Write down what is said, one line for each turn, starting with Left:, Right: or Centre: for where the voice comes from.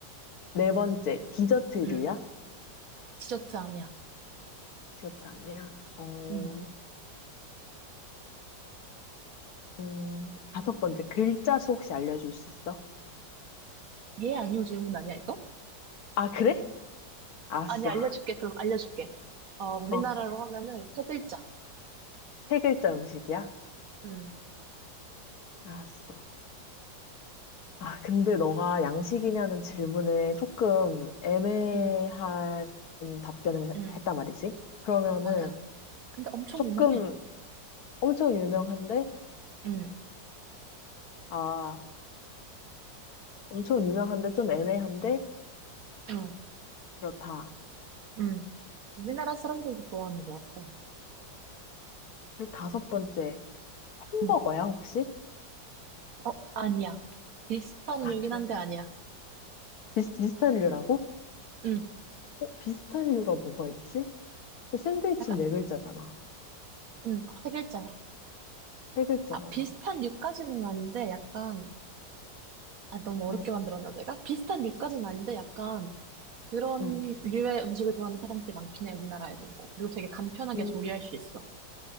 Left: 네 번째, 디저트류야?
Right: 응. 디저트 아니야.
Left: 디저트 아니야? 어,
Right: 응.
Left: 음, 다섯 번째, 글자 수 혹시 알려줄 수 있어?
Right: 예, 아니요 질문 아니야, 이거?
Left: 아, 그래? 알았어.
Right: 아니, 알려줄게. 그럼 알려줄게. 어, 우리나라로
Left: 어,
Right: 하면은 세 글자.
Left: 세 글자 음식이야?
Right: 응,
Left: 알았어. 아, 근데 너가 양식이냐는 질문에 조금 애매한
Right: 응,
Left: 답변을
Right: 응,
Left: 했단 말이지? 그러면은
Right: 맞아. 근데 엄청
Left: 조금
Right: 유명해.
Left: 엄청 유명한데?
Right: 응,
Left: 아, 엄청 유명한데 좀 애매한데?
Right: 응.
Left: 그렇다.
Right: 응, 우리나라 사람들도 좋아하는 것 같아.
Left: 그리고 다섯 번째, 햄버거야,
Right: 응.
Left: 혹시?
Right: 어, 아니야. 비슷한
Left: 아,
Right: 류긴
Left: 그래.
Right: 한데 아니야.
Left: 비슷, 비슷한 류라고?
Right: 응.
Left: 어, 비슷한 류가 뭐가 있지? 샌드위치는
Right: 약간,
Left: 네 글자잖아.
Right: 응, 세 글자야.
Left: 세 글자잖아.
Right: 아, 비슷한 류까지는 아닌데 약간, 아, 너무 어렵게
Left: 어,
Right: 만들었나 내가? 비슷한 류까지는 아닌데 약간 그런
Left: 응.
Right: 류의 음식을 좋아하는 사람들이 많긴 해, 우리나라에도. 그리고 되게 간편하게
Left: 음.
Right: 조리할 수 있어.